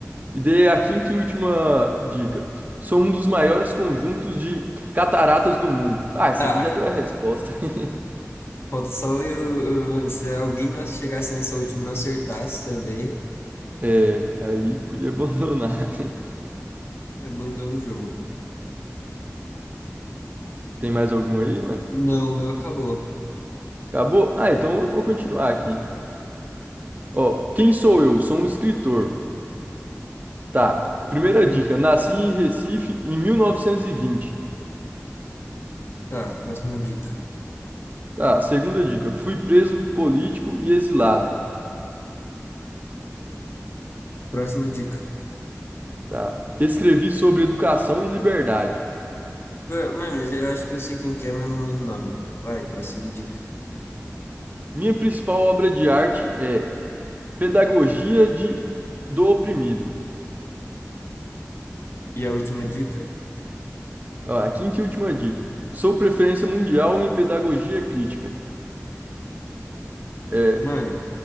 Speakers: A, on the right (about 30°); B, on the left (about 50°).
A: E dei a quinta e última dica. Sou um dos maiores conjuntos de cataratas do mundo. Ah, essa
B: Ah,
A: aqui já deu a resposta. <laughs>
B: Falta só eu, eu- mano, se alguém não chegasse nessa última e não acertasse também,
A: É, aí podia abandonar. <laughs>
B: abandona o jogo.
A: Tem mais algum aí, mano?
B: Não, o meu acabou.
A: Acabou? Ah, então eu vou continuar aqui. Ó, quem sou eu? Sou um escritor. Tá.
B: Escritor.
A: Primeira dica: nasci em Recife em 1920.
B: Tá, próxima dica.
A: Tá. Segunda dica: fui preso político e exilado.
B: Próxima dica.
A: Tá. Escrevi sobre educação e liberdade.
B: Pô, Mano, eu já eu acho que eu sei quem que é, mas não lembro o nome. Vai, próxima dica.
A: Minha principal obra de arte é Pedagogia de do Oprimido.
B: E a última dica?
A: Ó, a quinta e última dica: sou preferência mundial em pedagogia crítica. É,
B: Mano,